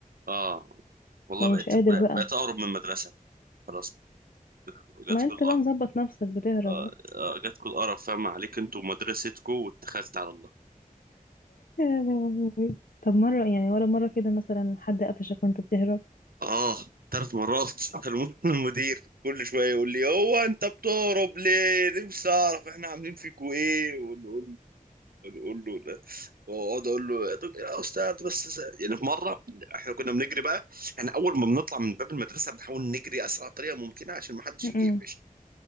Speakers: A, on the right (about 80°); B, on the left (about 70°).
A: اه والله
B: ومش
A: بقيت
B: قادر
A: بقيت
B: بقى
A: اقرب من المدرسه خلاص جت
B: ما انت
A: كل
B: بقى مظبط نفسك بتهرب
A: آه، آه، جاتكوا القرف فاهم عليك انتوا ومدرستكوا واتخلت على الله
B: يا لهوي. طب مرة يعني ولا مرة كده مثلا حد قفشك وانت بتهرب
A: اه ثلاث مرات <laughs> الم- المدير كل شويه يقول لي هو انت بتهرب ليه نفسي اعرف احنا عاملين فيكوا ايه ونقول نقول له لا واقعد اقول له يا دك- يا استاذ بس س- يعني في مره احنا كنا بنجري بقى احنا اول ما بنطلع من باب المدرسه بنحاول نجري اسرع طريقه ممكنه عشان ما حدش
B: م-م.
A: يجي يقفش